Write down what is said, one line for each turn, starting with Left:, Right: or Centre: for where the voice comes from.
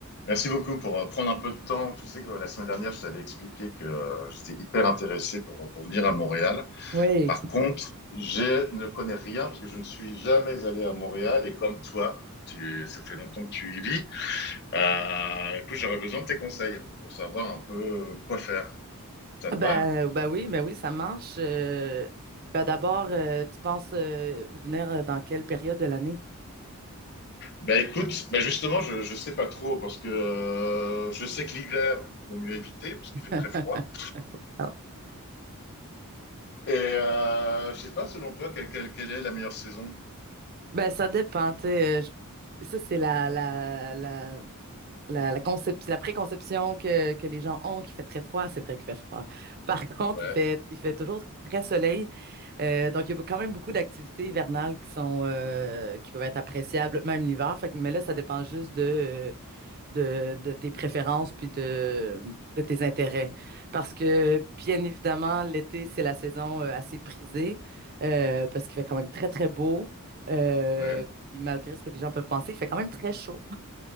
Left: Merci beaucoup pour euh, prendre un peu de temps. Tu sais que la semaine dernière, je t'avais expliqué que euh, j'étais hyper intéressé pour, pour venir à Montréal.
Right: Oui,
Left: Par contre, je ne connais rien parce que je ne suis jamais allé à Montréal et comme toi, tu, ça fait longtemps que tu y vis. Euh, écoute, j'aurais besoin de tes conseils pour savoir un peu quoi faire. Ça te
Right: Ah bah,
Left: va?
Right: bah oui, bah oui, ça marche. Euh, bah d'abord, euh, tu penses euh, venir euh, dans quelle période de l'année?
Left: Ben écoute, ben justement, je je sais pas trop parce que euh, je sais que l'hiver, vaut mieux éviter parce qu'il fait
Right: <laughs>
Left: très froid.
Right: Ah.
Left: Et euh, je sais pas, selon toi, quelle, quelle, quelle est la meilleure saison?
Right: Ben, ça dépend, tu sais, euh, je- ça, c'est la, la, la, la, la, concep- la préconception que, que les gens ont qu'il fait très froid. C'est vrai qu'il fait froid. <laughs> Par contre,
Left: Ouais.
Right: il fait, il fait toujours très soleil. Euh, donc, il y a quand même beaucoup d'activités hivernales qui sont, euh, qui peuvent être appréciables, même l'hiver. Fait que- mais là, ça dépend juste de, euh, de, de tes préférences puis de, de tes intérêts. Parce que, bien évidemment, l'été, c'est la saison euh, assez prisée euh, parce qu'il fait quand même très, très beau. Euh,
Left: Ouais.
Right: puis malgré ce que les gens peuvent penser, il fait quand même très chaud.